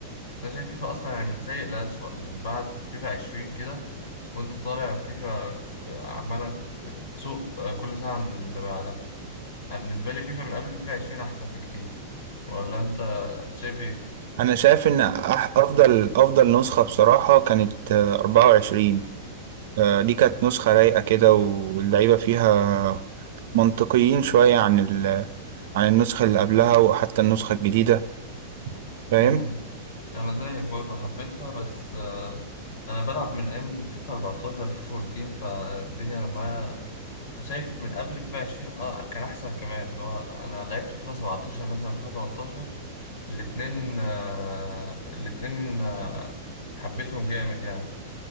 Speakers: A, on the left; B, on the right.
A: أنا شايف فيفا أصلا يعني من سيء لأسوأ من بعد فيفا عشرين كده وأنت طالع فيفا آه، عمالة تسوق آه، كل سنة عن اللي بعدها أنا بالنسبة لي فيفا من قبل فيفا عشرين أحسن بكتير ولا أنت شايف إيه؟
B: انا شايف ان أح- افضل افضل نسخه بصراحه كانت آه، 24 آه، دي كانت نسخه رايقه كده واللعيبه فيها منطقيين شويه عن ال عن النسخه اللي قبلها وحتى النسخه الجديده فاهم
A: امم انا زيك برضه حبيتها بس آه، انا بلعب من ايام فيفا 14 فيفا 14 فالدنيا معايا أنا شايف من قبل فيفا 20 اه كان احسن كمان اللي هو انا لعبت فيفا 17 مثلا فيفا 18 الاتنين آه الاتنين آه حبيتهم جامد يعني